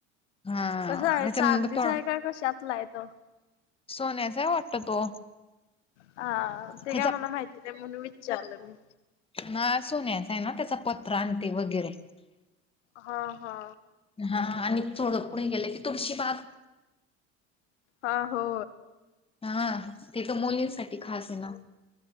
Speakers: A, on the left (about 15°); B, on the left (about 80°).
A: हा
B: तस आहे
A: त्याच्यानंतर
B: चांदीचा
A: तो
B: आहे का कशातला आहे तो?
A: सोन्याचा वाटतो तो
B: हा ते
A: त्याचा
B: काय मला माहिती नाही म्हणून विचारलं मी
A: हा सोन्याचा आहे ना त्याचा पत्रा अन ते वगैरे
B: हा हा
A: हा हा आणि थोडं पुढे गेलं की तुळशी बाग
B: हा हो
A: हा ते तर मुलींसाठी खास आहे ना.